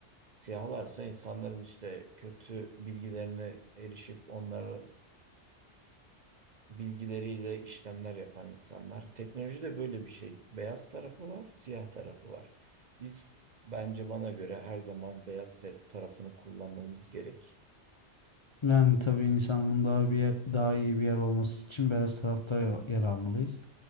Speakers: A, on the right; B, on the left.
A: Siyahlarsa insanların işte kötü bilgilerine erişip onlara bilgileriyle işlemler yapan insanlar. Teknoloji de böyle bir şey. Beyaz tarafı var, siyah tarafı var. Biz bence bana göre her zaman beyaz ter- tarafını kullanmamız gerek.
B: Yani tabii insanlığın daha bir yer- daha iyi bir yer olması için beyaz tarafta ya- yer almalıyız.